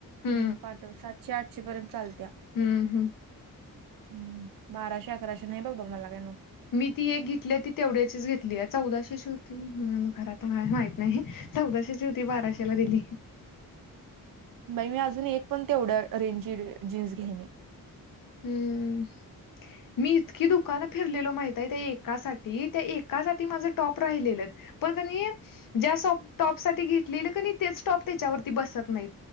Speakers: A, on the left; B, on the right.
A: ह
B: हम्म पाठव सातशे आठशे पर्यंत चालत्या.
A: हम्म हम्म.
B: हम्म बाराशे अकराशे नाही बबा मला काय
A: मी ती एक घेतली ती तेवढ्याचीच घेतली आहे चौदाशेची होती घरात कोणाला माहित नाही. चौदाशेची होती बाराशेला दिली.
B: बाई मी अजून एक पण तेवढ्या रेंजची जीन्स घ्याने
A: हम्म. मी इतकी दुकानं फिरलेलो माहित आहे त्या एकासाठी त्या एकासाठी माझ टॉप राहिलेलं. पण क ज्या स टॉप साठी घेतलेलं क तेच टॉप त्याच्यावरती बसत नाहीत.